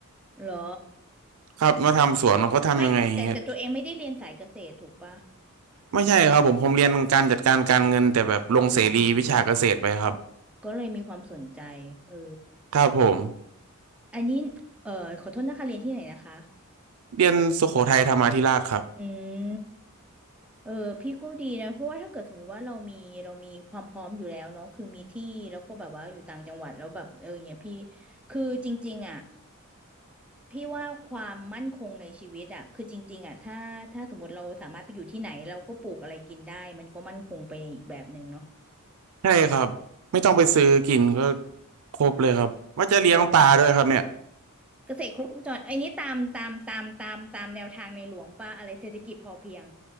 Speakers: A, in the centre; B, on the right.
A: เหรอ
B: ครับมาทำสวนเขาทำยังไงอย่างเงี้ย
A: ไม่แต่แต่ตัวเองไม่ได้เรียนสายเกษตรถูกป่ะ
B: ไม่ใช่ครับผมผมเรียนการจัดการการเงินแต่แบบลงเสรีวิชาเกษตรไปครับ
A: อ๋อก็เลยมีความสนใจเออ
B: ครับผม
A: อันนี้เอ่อขอโทษนะคะเรียนที่ไหนนะคะ
B: เรียนสุโขทัยธรรมาธิราชครับ
A: อืมเออพี่ก็ดีนะเพราะว่าถ้าเกิดสมมติว่าเรามีเรามีความพร้อมอยู่แล้วเนาะคือมีที่แล้วก็แบบว่าอยู่ต่างจังหวัดแล้วแบบเอออย่างเงี้ยพี่คือจริงๆอ่ะพี่ว่าความมั่นคงในชีวิตอ่ะคือจริงๆอ่ะถ้าถ้าสมมติเราสามารถไปอยู่ที่ไหนเราก็ปลูกอะไรกินได้มันก็มั่นคงไปอีกแบบหนึ่งเนาะ
B: ใช่ครับไม่ต้องไปซื้อกินก็ครบเลยครับว่าจะเลี้ยงปลาด้วยครับเนี่ย
A: เออเกษตรครบวงจรไอ้นี้ตามตามตามตามตามแนวทางในหลวงป่ะอะไรเศรษฐกิจพอเพียง